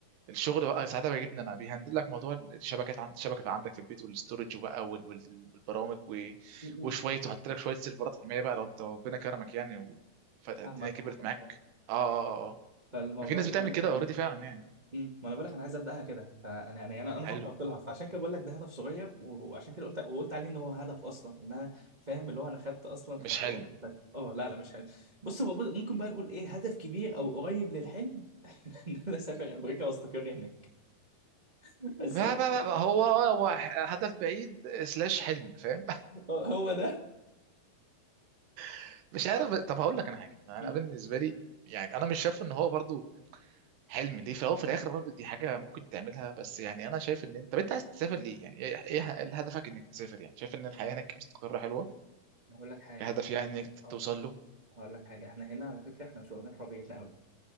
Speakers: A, on the right; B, on the right.
A: الشغل بقى ساعتها بيجيبنا انا بيهندل لك موضوع الشبكات عند الشبكه عندك في البيت والاستورج وبقى وال... وال- والبرامج و...
B: فاهمني
A: وشويه وحط لك شويه سيرفرات حمايه بقى لو انت ربنا كرمك يعني و... فالدنيا
B: فاهمك
A: كبرت
B: اه اه
A: معاك
B: اه
A: اه اه اه آه.
B: فالموضوع
A: ففي ناس
B: بقول
A: بتعمل كده اوريدي
B: لك
A: فعلا يعني
B: امم ما انا بقول لك انا عايز ابداها كده فانا انا انا انا
A: حلو
B: فكرت لها فعشان كده بقول لك ده هدف صغير و- وعشان كده قلت وقلت عليه ان هو هدف اصلا ان انا فاهم اللي هو انا خدت اصلا
A: مش
B: خطوات
A: حلم
B: وخدت- اه لا لا مش حلو بص هو بود- ممكن بقى نقول ايه هدف كبير او قريب للحلم <laughs> ان انا اسافر امريكا واستقر هناك بس
A: بقى
B: مم-
A: بقى بقى بقى هو هو هدف بعيد سلاش حلم فاهم
B: اه هو ده
A: <laughs> مش عارف طب هقول لك انا حاجه انا
B: مم.
A: بالنسبه لي يعني انا مش شايف ان هو برضو حلم ليه في الاول وفي الاخر برضو دي حاجه ممكن تعملها بس يعني انا شايف ان انت طب انت عايز تسافر ليه يعني ايه إيه هدفك انك تسافر يعني شايف ان الحياه هناك مستقره حلوه
B: هقول لك حاجه
A: كهدف يعني
B: أنا-
A: انك توصل له
B: هقول لك حاجه احنا هنا على فكره احنا مش واخدين حريتنا قوي